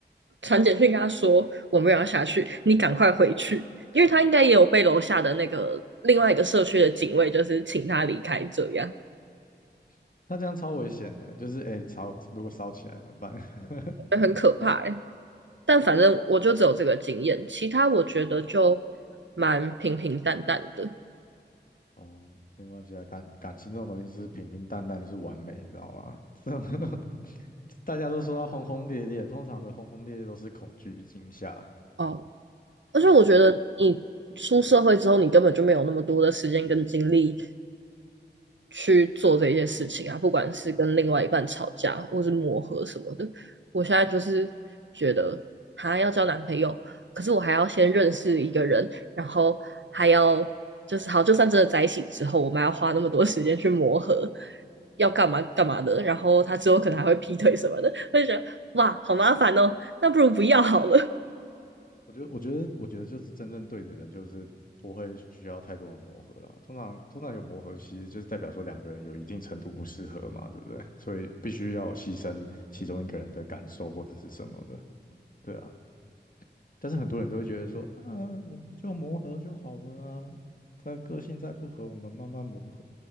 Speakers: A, on the right; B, on the left.
A: 传简讯跟她说我们有要下去，你赶快回去，因为她应该也有被楼下的那个另外一个社区的警卫就是请她离开，这样
B: <laughs> 那这样超危险的欸就是哎、欸吵如果烧起来怎么办？<laughs>
A: 很可怕、欸。但反正我就只有这个经验，其他我觉得就蛮平平淡淡的。
B: 哦，没关系啊，感感情这种东西是平平淡淡就是完美，你知道吗？这种 <laughs> 大家都说要轰轰烈烈，通常的轰轰烈烈都是恐惧与惊吓。
A: 哦，而且我觉得你出社会之后，你根本就没有那么多的时间跟精力去做这些事情啊，不管是跟另外一半吵架，或是磨合什么的。我现在就是觉得，哈，要交男朋友，可是我还要先认识一个人，然后还要就是好，就算真的在一起之后，我们还要花那么多时间去磨合，要干嘛干嘛的，然后他之后可能还会劈腿什么的，我就觉得哇，好麻烦哦，那不如不要好了。
B: 我觉得，我觉得，我觉得就是真正对的人，就是不会需要太多的磨合啦。通常，通常有磨合，其实就是代表说两个人有一定程度不适合嘛，对不对？所以必须要牺牲其中一个人的感受或者是什么的，对啊。但是很多人都会觉得说，啊，我们就磨合就好了啊，他个性再不合，我们慢慢磨合。